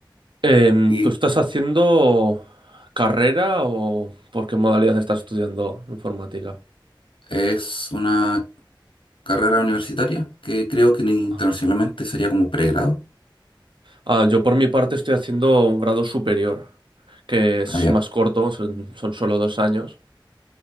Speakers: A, on the right (about 70°); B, on the left (about 80°).
A: Em,
B: Y
A: ¿tú estás haciendo carrera o por qué modalidad estás estudiando informática?
B: es una carrera universitaria, que creo que internacionalmente
A: Ah.
B: sería como pregrado.
A: Ah, yo por mi parte estoy haciendo un grado superior, que es
B: Ah, ya.
A: más corto, son, son solo dos años.